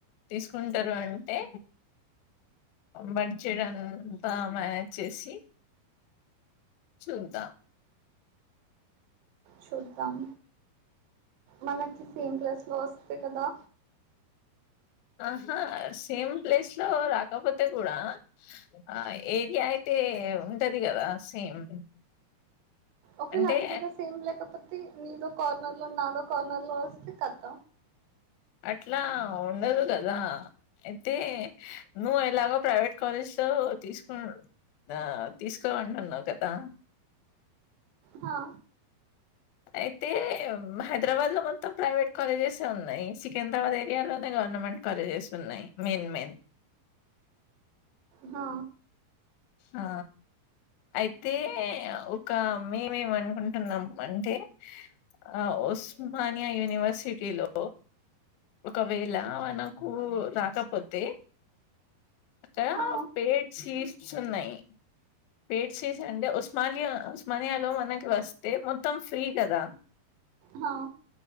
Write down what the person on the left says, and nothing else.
తీసుకుంటరు అంటే బడ్జెట్ అంతా మానేజ్ చేసి చూద్దా
ఆహా సేమ్ ప్లేస్ లో రాకపోతే కూడా అ ఏరియా అయి తే ఉంటది గదా సేమ్
అంటే
అట్లా ఉండదు గదా ఐతె యే నువ్వు ఎలాగొ ప్రైవేట్ కాలేజ్ తొ తీసుకొ అ తీసుకోమంటున్నవ్ కదా
అయితే హైదరాబాద్ లో మొత్తం ప్రైవేట్ కాలేజెస్ యే ఉన్నాయి. సికింద్రాబాద్ ఏరియాలోనే గ్ గవర్నమెంట్ కాలజెస్ ఉన్నయ్. మెయిన్ మెయిన్
ఆ ఐతే ఒక మేమేమనుకుంటున్నాం అంటే అఒ ఉస్మానియా యూనివర్సిటీలో ఒకవేళ మనకు రాకపోతే ఒక
పేయ్డ్ సీట్సున్నయ్ పేయ్డ్ సిస్ అంటే ఉస్మానియా ఉస్మానియాలో మనకి వస్తే మొత్తం ఫ్రీ కదా.